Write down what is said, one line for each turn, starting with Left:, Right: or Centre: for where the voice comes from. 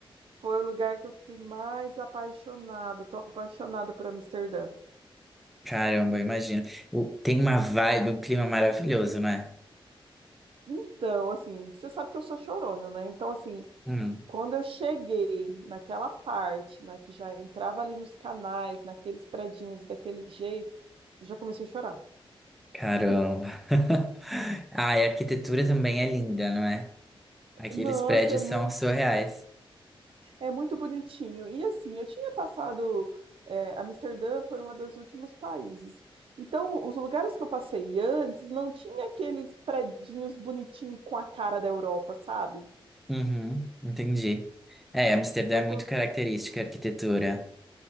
Right: foi o lugar que eu fiquei mais apaixonada, tô apaixonada por Amsterdã.
Centre: Caramba, eu imagino. O- Tem uma vibe, um clima maravilhoso, não é?
Right: Então, assim, você sabe que eu sou chorona, né? Então, assim,
Centre: Hum,
Right: quando eu cheguei naquela parte, né, que já entrava ali nos canais, naqueles predinhos daquele jeito, eu já comecei a chorar.
Centre: caramba.
Right: <laughs>
Centre: <laughs> Ah, e a arquitetura também é linda, não é? Aqueles
Right: Nossa,
Centre: prédios
Right: é mu-
Centre: são surreais.
Right: É muito bonitinho. E assim, eu tinha passado. eh, Amsterdã foi um dos últimos países. Então, os lugares que eu passei antes não tinha aqueles predinhos bonitinhos com a cara da Europa, sabe?
Centre: Uhum, entendi. É, Amsterdã
Right: Então,
Centre: é
Right: quan-
Centre: muito característica a arquitetura.